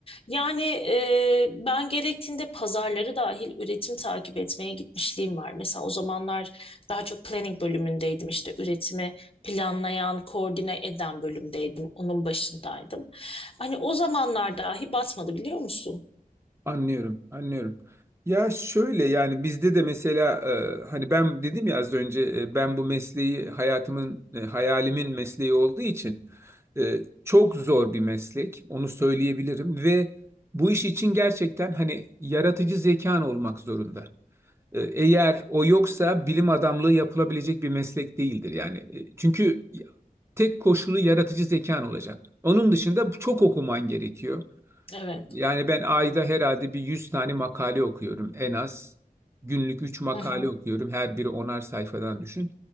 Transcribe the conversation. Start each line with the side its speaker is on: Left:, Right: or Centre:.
Left: Yani e, ben gerektiğinde pazarları dahil üretim takip etmeye gitmişliğim var. Mesela o zamanlar daha çok planning bölümündeydim işte üretimi planlayan, koordine eden bölümdeydim. Onun başındaydım. Hani o zamanlar dahi basmadı biliyor musun?
Right: Anlıyorum, anlıyorum. Ya şöyle yani bizde de mesela e, hani ben dedim ya az önce e, ben bu mesleği hayatımın e, hayalimin mesleği olduğu için e, çok zor bir meslek onu söyleyebilirim ve bu iş için gerçekten hani yaratıcı zekan olmak zorunda. E, Eğer o yoksa bilim adamlığı yapılabilecek bir meslek değildir yani. E, Çünkü tek koşulu yaratıcı zekan olacak. Onun dışında çok okuman gerekiyor.
Left: Evet.
Right: Yani ben ayda herhalde bir 100 tane makale okuyorum en az. Günlük üç makale
Left: Hı hı,
Right: okuyorum. Her biri onar sayfadan düşün.